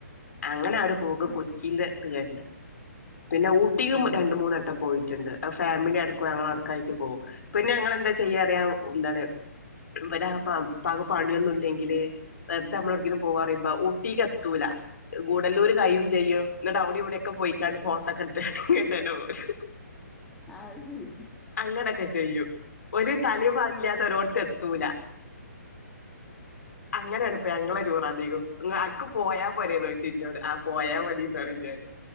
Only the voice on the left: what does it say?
അങ്ങനാണ്ട് പോക്
കൊച്ചിൻ്റെ
ത് കണ്ട് പിന്നെ ഊട്ടികും
രണ്ട് മൂന്നട്ടം പോയിട്ട്ണ്ട് ഫാമിലി അടക്കും ഞങ്ങളടക്കായ്ട്ട് പോവും പിന്നെ ഞങ്ങെളെന്താ ചെയ്യാറിയാ ന്താണ് ഇബലാപാ പ്പാക്ക് പണിയൊന്നുല്ലെങ്കില് വെർതെ അമ്മളൊവ്ട്ക്കേലും പോവാ പറയ്മ്പം ഊട്ടീക്കെത്തൂല ഗൂഡല്ലൂര് കയ്യും ചെയ്യും ന്നെട്ട് അവ്‌ടിം ഇവെട്യൊക്കെ പോയ്ക്കാണ്ട് ഫോട്ടാെക്കെട്ത്ത് ഇങ്ങെട്ടെന്നെ പോരും
അങ്ങനൊക്കെ ചെയ്യും ഒര് തലിം വാലുല്ലാതെരോട്ത്ത് എത്തൂലാ അങ്ങെനേണ്പ്പ ഞങ്ങളെ ടൂറധികും ങ്ങ അൻക്ക് പോയാ പോരോന്നോയ്ച്ചും ഇഞ്ഞോട് ആഹ് പോയാ മതീന്ന് പറയും ഞാന്